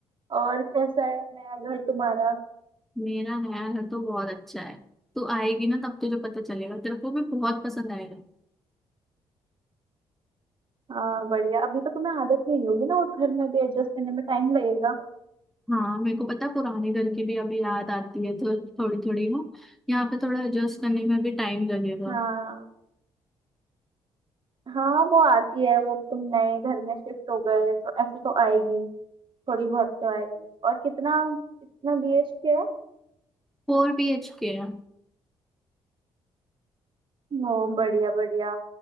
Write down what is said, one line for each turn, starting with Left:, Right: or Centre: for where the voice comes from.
Right: और कैसा है नया घर तुम्हारा
Centre: मेरा नया घर तो बहुत अच्छा है तू आएगी ना तब तुझे पता चलेगा तेरे को भी बहुत पसंद आएगा
Right: हाँ बढ़िया अभी तो तुम्हें आदत नहीं होगी ना उस घर में भी एडजस्ट करने में टाइम लगेगा
Centre: हाँ मेरे को पता है, पुराने घर की भी अभी याद आती है थो, थोड़ी थोड़ी ना यहाँ पे थोड़ा एडजस्ट करने में भी टाइम लगेगा
Right: हाँ हाँ वो आती है वो तुम नए घर में शिफ्ट हो गए तो ऐसे तो आएगी थोड़ी बहुत तो आएगी और कितना कितना बीएचके है
Centre: फोर बी एच के है
Right: ओ बढ़िया बढ़िया